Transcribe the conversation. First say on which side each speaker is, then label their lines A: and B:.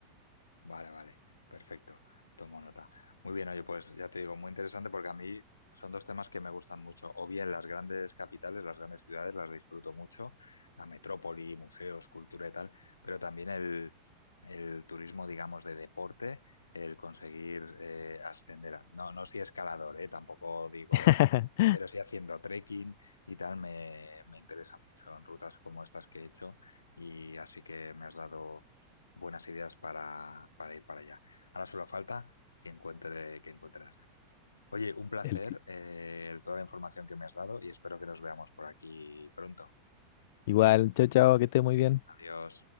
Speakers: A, on the left; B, on the left.
A: Vale, vale, perfecto, tomo nota. Muy bien, oye, pues ya te digo, muy interesante porque a mí son dos temas que me gustan mucho. O bien las grandes capitales, las grandes ciudades, las disfruto mucho, la metrópoli, museos, cultura y tal, pero también el, el turismo, digamos, de deporte, el conseguir eh, ascender. a- No, no soy escalador, eh, tampoco digo
B: <laughs>
A: eso, pero sí haciendo trekking y tal, me, me interesa mucho en rutas como estas que he hecho y así que me has dado buenas ideas para, para ir para allá. Ahora solo falta que encuentre, que encuentre las fechas. Oye, un placer,
B: El-
A: eh, toda la información que me has dado y espero que nos veamos por aquí pronto.
B: igual, chao, chao, que esté muy bien.
A: Adiós.